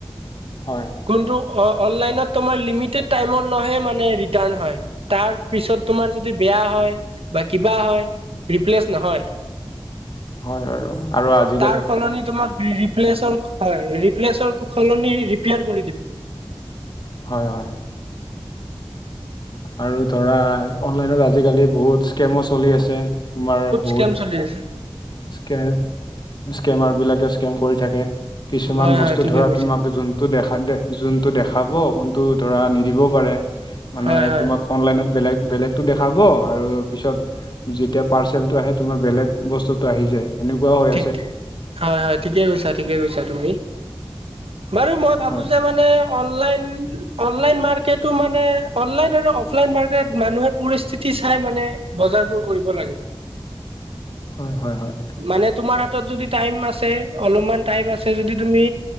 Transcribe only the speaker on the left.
হয়
হয় বাৰু আৰু আজি
হয় হয় আৰু ধৰা অনলাইনত আজিকালি বহুত স্কেমো চলি আছে তোমাৰ বহুত
স্কে স্কেমাৰ বিলাকে স্কেম কৰি থাকে। কিছুমান
বস্তু
ধৰা
তোমাক যোনটো দেখা দে যোনটো দেখাব কোন তো ধৰা নিদিবও পাৰে মানে
অনলাইনত বেলেগ বেলেগটো দেখাব আৰু পিছত যেতিয়া পাৰ্চেলটো আহে তোমাৰ বেলেগ বস্তুটো আহি যায় এনেকুৱাও হৈ
আছে
হয়
হয় হয় হয়